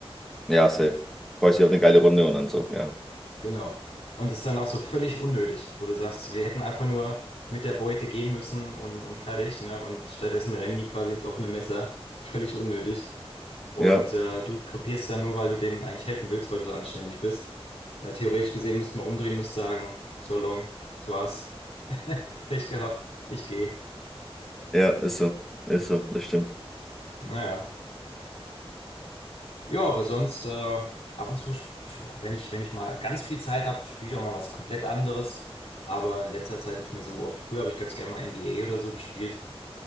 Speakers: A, in the centre; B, on the left.
A: ja, safe. Freust dich auf eine geile Runde und dann so. Ja,
B: Genau. Und ist dann auch so völlig unnötig, wo du sagst, wir hätten einfach nur mit der Beute gehen müssen und, und fertig, ne? Und stattdessen rennen die quasi ins offene Messer. Völlig unnötig. Und
A: ja,
B: äh, du krepierst dann nur, weil du denen eigentlich helfen willst, weil du so anständig bist. Äh, theoretisch gesehen müsste man umdrehen, müsste sagen, so long, das war's. <laughs> Pech gehabt, ich gehe.
A: ja, ist so. Ist so. Das stimmt.
B: Naja. Ja, aber sonst äh, ab und zu, sp- sch- wenn ich, wenn ich mal ganz viel Zeit habe, spiele ich auch mal was komplett anderes. Aber in letzter Zeit nicht mehr so oft. Früher habe ich ganz gerne mal NBA oder so gespielt.